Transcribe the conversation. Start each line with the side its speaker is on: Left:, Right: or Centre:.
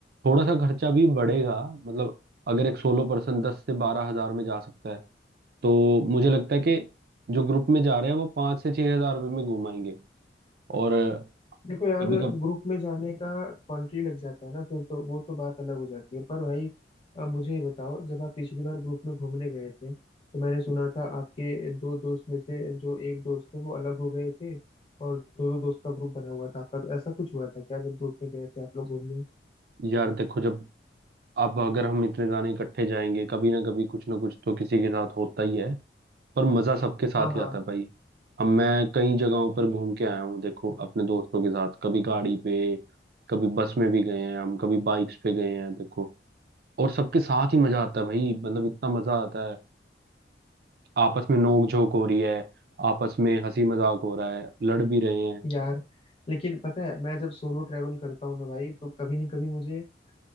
Right: थोड़ा सा खर्चा भी बढ़ेगा मतलब अगर एक सोलो पर्सन दस से बारह हजार में जा सकता है तो मुझे लगता है कि जो ग्रुप में जा रहे हैं वो पाँच से छह हजार रुपये में घुमाएंगे और
Left: देखो यार
Right: कभी कभी
Left: ग्रुप में जाने का कॉन्ट्री लग जाता है ना फिर तो वो तो बात अलग हो जाती है पर भाई अ, मुझे ये बताओ जब आप पिछली बार ग्रुप में घूमने गए थे तो मैंने सुना था आपके दो दोस्त में से जो एक दोस्त थे वो अलग हो गए थे और दो दो दोस्त का ग्रुप बना हुआ था आपका तो ऐसा कुछ हुआ था क्या जब ग्रुप में गए थे आप लोग घूमने
Right: यार देखो जब अब अगर हम इतने जाने इकट्ठे जाएंगे कभी ना कभी कुछ ना कुछ तो किसी के साथ होता ही है पर मजा सबके साथ
Left: हाँ हाँ
Right: ही आता है भाई हम मैं कई जगहों पर घूम के आया हूँ देखो अपने दोस्तों के साथ कभी गाड़ी पे कभी बस में भी गए हैं हम कभी बाइक्स पे गए हैं देखो और सबके साथ ही मजा आता है भाई मतलब इतना मजा आता है आपस में नोक झोंक हो रही है आपस में हंसी मजाक हो रहा है लड़ भी रहे हैं
Left: यार लेकिन पता है मैं जब सोलो ट्रैवल करता हूँ ना भाई तो कभी न कभी मुझे अ,